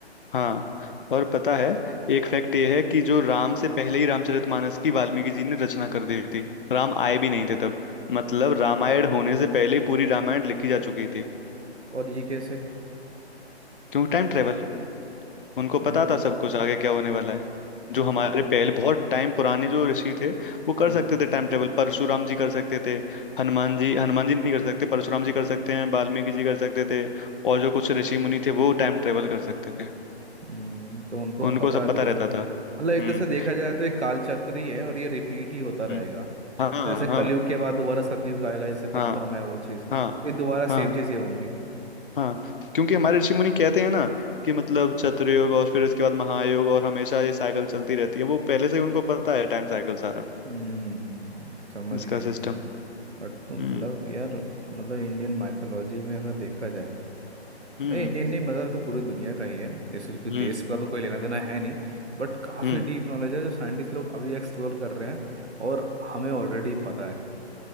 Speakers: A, on the left (about 55°); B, on the right (about 85°).
A: हाँ और पता है एक फैक्ट ये है कि जो राम से पहले ही रामचरितमानस की वाल्मीकि जी ने रचना कर दी थी राम आए भी नहीं थे तब मतलब रामायण होने से पहले ही पूरी रामायण लिखी जा चुकी थी
B: और ये कैसे
A: क्यों टाइम ट्रेवल उनको
B: Time
A: पता था
B: time
A: सब कुछ आगे क्या होने वाला है
B: अच्छा
A: जो हमारे
B: मतलब
A: पहले बहुत टाइम पुराने जो ऋषि थे वो कर
B: हम्म
A: सकते थे टाइम ट्रेवल परशुराम जी कर सकते थे हनुमान जी हनुमान जी नहीं कर सकते परशुराम जी कर सकते हैं वाल्मीकि जी कर सकते थे और जो कुछ ऋषि मुनि थे वो टाइम ट्रेवल कर सकते थे
B: हम्म, तो उनको
A: उनको
B: पता
A: सब पता
B: थी ये
A: रहता
B: सब चीज़ें
A: था
B: मतलब एक
A: हम्म
B: तरह से देखा जाए तो एक कालचक्र ही है और ये रिपीट ही होता रहेगा
A: हम्म हाँ
B: ऐसे कलयुग
A: हाँ
B: के बाद दोबारा सतयुग आएगा जैसे कन्फर्म
A: हाँ
B: है वो चीज़
A: हाँ
B: ये दोबारा सेम
A: हाँ
B: चीज़ें होंगी
A: हाँ क्योंकि हमारे ऋषि मुनि कहते हैं ना कि मतलब चतुर्युग और फिर इसके बाद महायोग और हमेशा ये साइकिल चलती रहती है वो पहले से ही उनको पता है टाइम साइकिल सारा
B: हम्म समझ
A: इसका
B: गया
A: सिस्टम
B: मैं बट तुम मतलब
A: हम्म
B: यार मतलब इंडियन माइथोलॉजी में अगर देखा जाए
A: हम्म
B: भाई इंडियन नहीं मतलब तो पूरी दुनिया का ही है इससे कोई
A: हम्म
B: देश का तो कोई लेना देना है नहीं बट काफ़ी
A: हम्म
B: डीप नॉलेज है जो साइंटिस्ट लोग अभी एक्सप्लोर कर रहे हैं और हमें ऑलरेडी पता है